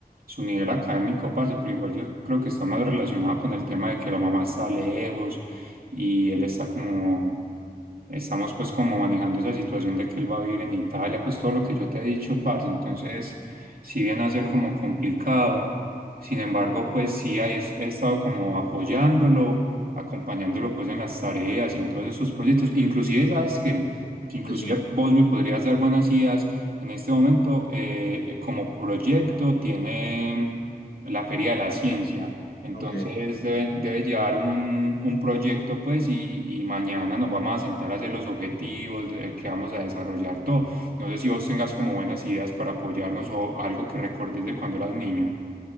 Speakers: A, on the right; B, on the left.
A: su nivel académico, parce, pero igual yo creo que está más relacionado con el tema de que la mamá está lejos y él está como, estamos pues como manejando esa situación de que él va a vivir en Italia, pues todo lo que yo te he dicho, parce, entonces, si viene a ser como complicado. Sin embargo, pues sí, ahí es- he estado como apoyándolo, acompañándolo pues en las tareas y en todos esos proyectos. Inclusive, ¿sabes qué? Que inclusive
B: Pues Sí,
A: vos me podrías dar buenas ideas. En este momento, eh, eh, como proyecto, tiene la Feria de la Ciencia. Entonces
B: ok.
A: debe, debe llevar un, un proyecto pues y, y mañana nos vamos a sentar a hacer los objetivos eh, que vamos a desarrollar todo. No sé si vos tengas como buenas ideas para apoyarnos o algo que recordes de cuando eras niño.